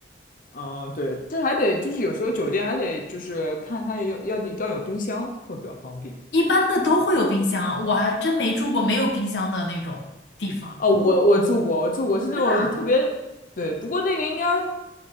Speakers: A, on the left (about 50°); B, on the left (about 75°).
A: 嗯，对，这还得就是有时候酒店还得就是看它有要要有冰箱会比较方便。
B: 一般的都会有冰箱，我还真没住过没有冰箱的那种地方。
A: 哦，我我住过，我住过是那种特别，
B: 真的啊
A: 对，不过那个应该